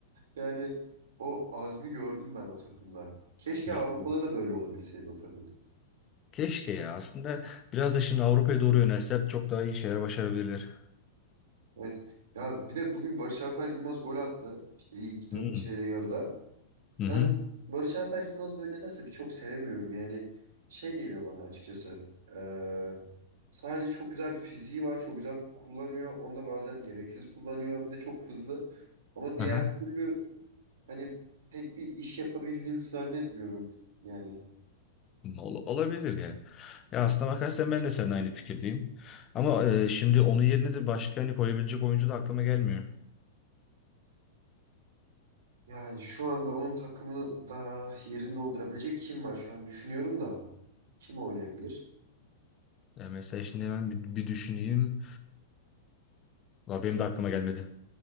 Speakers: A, on the right; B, on the left.
A: Yani o azmi gördüm ben o takımda. Keşke
B: Ya
A: Avrupa'da
B: bu-
A: da böyle olabilseydi o takım.
B: keşke ya. Aslında biraz da şimdi Avrupa'ya doğru yönelseler çok daha iyi şeyler başarabilirler.
A: Evet. Ya bir de bugün Barış Alper Yılmaz gol attı. İşte ilk dö-
B: Hı hı.
A: şeyde yarıda.
B: Hı hı.
A: Ben Barış Alper Yılmaz böyle nedense bir çok sevemiyorum. Yani şey geliyor bana açıkçası. Ee, sadece çok güzel bir fiziği var. Çok güzel kullanıyor. Onu da bazen gereksiz kullanıyor. Bir de çok hızlı. Ama diğer
B: Aha.
A: türlü hani pek bir iş yapabildiğini zannetmiyorum. Yani
B: Ol- Olabilir yani. Ya aslına bakarsan ben de seninle aynı fikirdeyim. Ama e, şimdi onun yerine de başka hani koyabilecek oyuncu da aklıma gelmiyor.
A: yani şu anda onun takımını da yerini doldurabilecek kim var? Şu an düşünüyorum da kim oynayabilir?
B: Ya mesela şimdi hemen bir, bir düşüneyim. Valla benim de aklıma gelmedi.